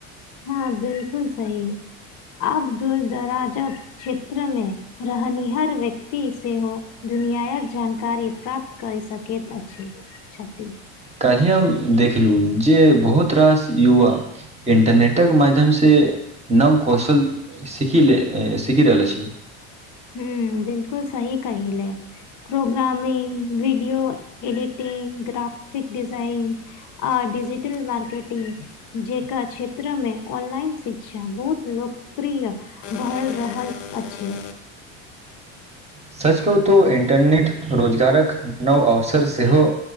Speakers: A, on the left; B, on the right.
A: हँ बिल्कुल सही आब दूर दराजक क्षेत्र मे रहनिहार व्यक्ति सेहो दुनियायक जानकारी प्राप्त कय सकैत अछि, छथि
B: काल्हिय हम देखलो जे बहुत रास युवा इंटरनेटक माध्यमसँ नव कौशल सीखी सीखि रहल अछि
A: हू बिल्कुल सही कयले programming video editing graphic design आ डिजिटल मार्केटिंग जेकरा क्षेत्रमे ऑनलाइन शिक्षा बहुत लोकप्रिय भए रहल अछि
B: सच कहू तऽ इंटरनेट रोजगारक नव अवसर सेहो